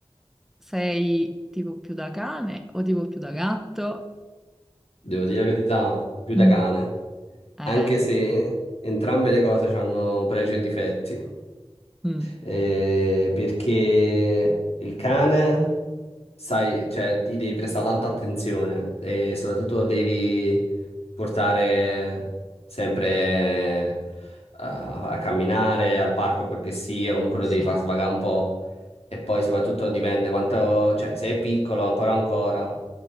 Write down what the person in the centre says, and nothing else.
sei tipo più da cane o tipo più da gatto?
Mm,
eh,
mm,
sì,